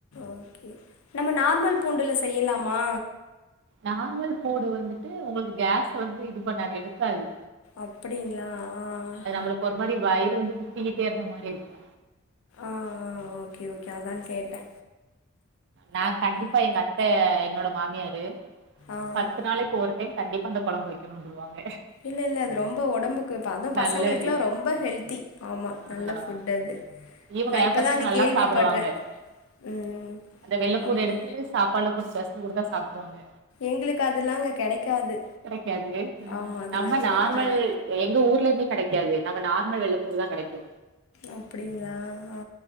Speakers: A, on the left (about 70°); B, on the right (about 55°).
A: ஓகே நம்ம நார்மல் பூண்டுல செய்யலாமா
B: நார்மல் பூண்டு வந்துட்டு உங்களுக்கு கேஸ் வந்து இது பண்ணாது எடுக்காது
A: அப்டிங்களா ஆ அ
B: உங்களுக்கு ஒரு மாரி வயிறு வந்து சுத்திக்கிட்டே இருந்த மாரி இருக்கு
A: ஆ ஆ ஓகே ஓகே அதா கேட்டே
B: நாங் கண்டிப்பா எங்க அத்த என்னோட மாமியாரு
A: ஆ
B: பத்து நாளைக்கு ஒரு டைம் கண்டிப்பா அந்த கொழம்பு வைக்கணுன்ருவாங்க
A: இல்ல இல்ல அது ரொம்ப உடம்புக்கு தா அதா பசங்களுகெல்லாம்
B: நல்லது
A: ரொம்ப ஹெல்த்தி ஆமா
B: ஆ
A: நல்ல ஃபுட் அது
B: இவங்க
A: நா
B: என்
A: இப்பதா
B: பசங்க
A: அது
B: நல்லா
A: கேள்வி
B: சாப்பிடுவாங்க
A: படறேன் ம்
B: அந்த வெள்ளப்பூண்டு
A: அப்டி
B: எடுத்து சாப்பாடுல போட்டு பெசன்சி குடுத்தா சாப்ட்ருவாங்க
A: எங்களுக்கு அதெல்லாங்க கெடைக்காது
B: கிடைக்காது ஆ
A: ஆமா அதெல்லா
B: நம்ம
A: கெடைக்காது
B: நார்மல் எங்க ஊர்லையுமே கிடைக் கிக்காது நம்ம நார்மல் வெள்ளப்பூண்டு தா கிடைக்கு
A: அப்டிங்களா ஆ